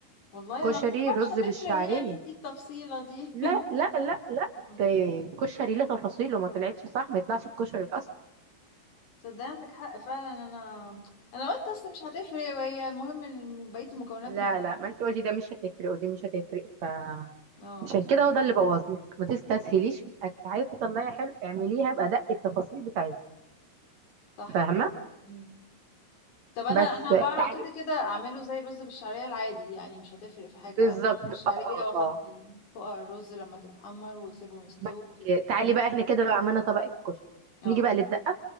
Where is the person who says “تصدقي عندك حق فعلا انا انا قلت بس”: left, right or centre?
Left